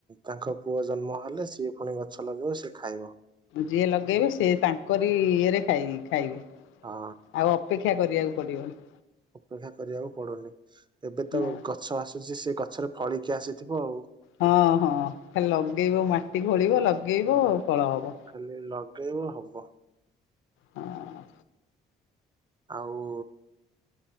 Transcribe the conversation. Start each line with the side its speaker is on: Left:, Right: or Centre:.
Right: ତାଙ୍କ ପୁଅ ଜନ୍ମ ହେଲେ ସିଏ ପୁଣି ଗଛ ଲଗେଇବ ସିଏ ଖାଇବ।
Left: ଯିଏ ଲଗେଇବେ ସିଏ ତାଙ୍କରି ଇଏରେ ଖାଇବେ
Right: ହଁ
Left: ଆଉ ଅପେକ୍ଷା କରିବାକୁ ପଡିବନି।
Right: ଅପେକ୍ଷା କରିବାକୁ ପଡୁନି ଏବେ ତ
Left: ନା।
Right: ଗଛ ଆସୁଛି ସେ ଗଛରେ ଫଳିକି ଆସିଥିବ ଆଉ
Left: ହଁ ହଁ ଖାଲି ଲଗେଇବ ମାଟି ଖୋଳିବ ଲଗେଇବ
Right: ହଁ
Left: ଫଳ ହବ।
Right: ଖାଲି ଲଗେଇବ ହବ।
Left: ହଁ।
Right: ଆଉ